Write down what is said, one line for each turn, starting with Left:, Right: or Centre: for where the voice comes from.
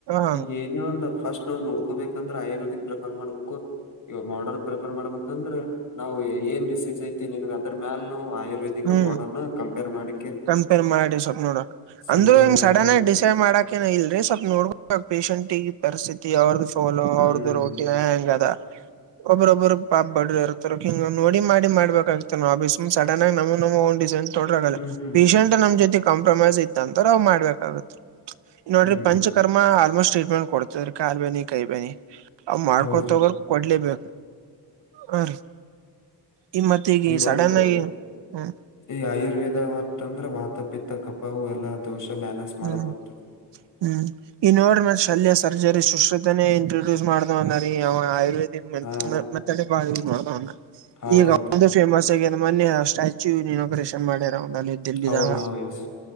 Right: ಹ
Left: ಈಗ ಒಂದ್ ಫಸ್ಟ್ ನಾವು ನೋಡ್ಕೋಬೇಕಂದ್ರೆ ಆಯುರ್ವೇದಿಕ್ ಪ್ರಿಫರ್ ಮಾಡ್ಬೇಕು ಇವಾಗ ಮಾಡನ್ ಪ್ರಿಫರ್ ಮಾಡ್ಬೇಕಂದ್ರೆ ನಾವು ಏನ್ ರಿಸೀಜ್ ಐತಿ ಅದ್ರ ಮ್ಯಾಲ ನಾವು ಆಯುರ್ವೇದಿಕ
Right: ಹ್ಮ್
Left: ಮಾಡರ್ನ್ ಕಂಪೇರ್ ಮಾಡಿ
Right: ಕಂಪೇರ್ ಮಾಡಿ ಸ್ವಪ ನೋಡು
Left: ಸಂಪೇರ್
Right: ಅಂದ್ರು ಹಿ್
Left: ಕಂಪೇರ್
Right: ಸಡನ್ ಆಗಿ
Left: ಮಾಡಿ
Right: ಡಿಸೈಡ್ ಮಾಡಕಏ ಇಲ್ರರಿ ಸ್ವಲ್ಪ್ ನೋಡ್ಬ ಪೇಶಷಂಟ್ ಈಗ ಪರಿಸ್ಥಿತಿ ಅವ್ರದ್ದ <inaudible> ಚೋಲೋ
Left: ಹ್ಮ್
Right: ಅವ್ರದ್ದು
Left: ಹ್ಮ್
Right: ರೋಟಿ ಹೆಂಗ ಅದ
Left: <unintelligible>
Right: ಒಬ್ಬ್ರೊಬ್ಬರು ಪಾಪ್ ಬಡ್ರರು ಇರ್ತಾರ ಹಿಂಗ ನೋಡಿ ಮಾಡಬೇಕಾಗ್ತ ನಾವುಬೀ್್ ಸಡನ್ ಆಗ ನಮ ನಮ ಡಿಸೈನ್ <unintelligible> ತೊಡ್ರಾಗಲ್ಲ
Left: ಹ್ಮ್ ಹ್ಮ್
Right: ಪೇಶಷಂಟ್ ನಮ್ ಜೊತೆ ಕಾಂಪ್ರಮೈಸ್ ಇದ್ದ ಅಂದ್ರ ಅವ್ ಮಾಡ್ಬೇಕಾಗತ್ರಿ ನೋಡ್ರಿ
Left: ಹ್ಮ್
Right: ಪಂಚಕರ್ಮ ಆಲ್ಮೋಸ್ಟ್ ಟ್ರೀಟ್ಮೆಂಟ್ ಕೊಡ್ತದ್ರಿ ಕಾಲುಬೇನಿ ಕೈಬನಿ ಅವ ಮಾಡ್ಕೊತೋಗರ್
Left: ಹೌದ್ರಿ
Right: ಕೊಡ್ಲೇಬೇಕ ಹ ರೀ ಈ ಮತ್
Left: ಈಗ
Right: ಸಡನ್
Left: ಒಟ್ಟು
Right: ಆಗಿ ಹ್ಮ್
Left: ಈಗ ಆಯುರ್ವೇದ ಮ ತಂದ್ರೆ ವಾತಪಿತ್ತ ಕಪಾವು ಎಲ್ಲಾ ದೋಷ ಬ್ಯಾಲೆನ್ಸ್ ಮಾಡೋದು
Right: ಹ್ಮ್
Left: ಹ್ತ
Right: ಹ್ಮ್ ಈ ನೋ್ರ ಮ ಶಲ್ಯ ಸರ್ಜರಿ ಶುಶ್ರತನೇ ಇಂಟ್ರೊಡ್ಯೂಸ್ ಮಾಡಿದವ್ನ ರೀ ಅವ ಆಯುರ್ವೇದ
Left: ಹಾ
Right: ಮತ್ತಡೆ ಬ ಮಾಡೋಣ
Left: ಹೌದೌದ್ರಿ
Right: ಈಗ ಒ ಫೇಮಸ್ ಆಗಿ <unintelligible> ಒ ಮೊನ್ನೆ ಸ್ಟ್ಯಾಚು ನೀಕರೇಷನ್ ಮಾಡ್ಯಾರ ಒಲ್ಲಿ್ದಲ್ಲಿದ್ದಾಗ
Left: ಹೌದ ಹೌ ಎಸ್